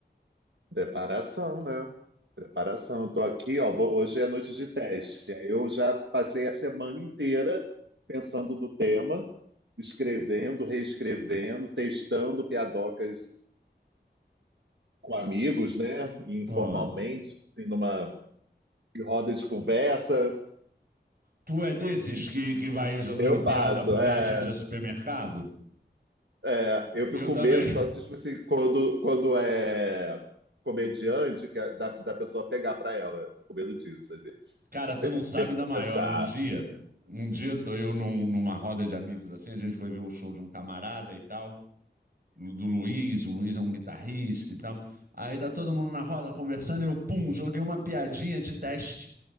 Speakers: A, on the right; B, on the right.
A: Preparação, né? Preparação. Eu tô aqui, ó. vou- Hoje é noite de teste. Eu já passei a semana inteira pensando no tema, escrevendo, reescrevendo, testando piadocas com amigos, né? Informalmente,
B: Ah,
A: assim, numa roda de conversa.
B: tu é desses que, que vai jogando
A: Eu
B: piada
A: faço,
B: pro
A: é.
B: caixa de supermercado?
A: É, eu fico
B: Eu
A: com
B: também.
A: medo, só tipo assim, quando, quando é comediante, que é da, da pessoa pegar pra ela. Eu Fico com medo disso, às vezes.
B: Cara, tu
A: <laughs>
B: não sabe
A: Devo
B: da
A: compensar.
B: maior. Um dia, um dia tô eu num- numa roda de amigos assim, a gente foi ver o show de um camarada e tal, do Luiz, o Luiz é um guitarrista e tal. Aí tá todo mundo na roda conversando e eu, pum, joguei uma piadinha de teste.